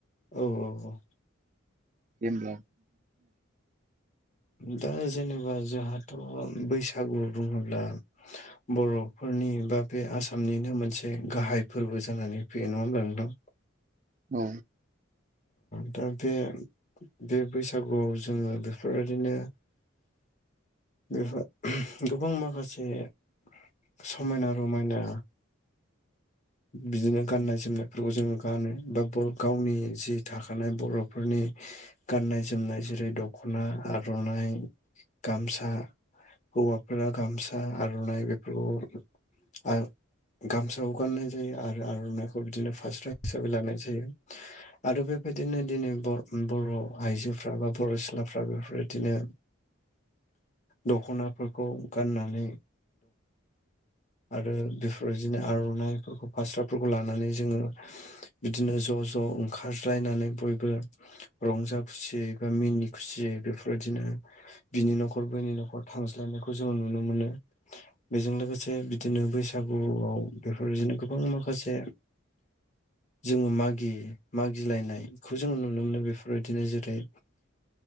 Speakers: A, on the left; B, on the right.
A: औ औ औ
B: दे अब्ला
A: दा जेनेबा जोंहाथ' बैसागो बुङोब्ला
B: <inaudible>
A: बर'फोरनि बा बे आसामनिनो मोनसे गाहाय फोरबो जानानै फैयो नङा होमब्ला नोंथां
B: औ
A: दा बे बे बैसागोआव जोङो बेफोरबायदिनो बेहाय गोबां माखासे <unintelligible> समायना रमायना बिदिनो गाननाय जोमनायफोरखौ जोङो गानो बा गावनि जि थाखानाय बर'फोरनि गाननाय जोमनाय जेरै दख'ना आर'नाइ गामसा हौवाफोरा गामसा आर'नाइ बेफोरखौ गामसाखौ गाननाय जायो आरो आर'नाइखौ बिदिनो फास्रा हिसाबै लानाय जायो आरो बेबायदिनो दिनै बर बर' आइजोफ्रा बा बर' सिख्लाफ्रा बेफोरबायदिनो
B: <inaudible>
A: दख'नाफोरखौ गाननानै आरो बेफोरबायदिनो आर'नाइफोरखौ फास्राफोरखौ लानानै जोङो बिदिनो ज' ज' ओं खारज्लायनानै बयबो रंजा खुसियै बा मिनि खुसियै बेफोरबायदिनो बिनि नखर बैनि न'खर थांज्लायनायखौ जोङो नुनो मोनो बेजों लोगोसे बिदिनो बैसागोआव बेफोरबायदिनो गोबां माखासे जोङो मागि मागिलायनायखौ जोङो नुनो मोनो बेफोरबायदिनो जेरै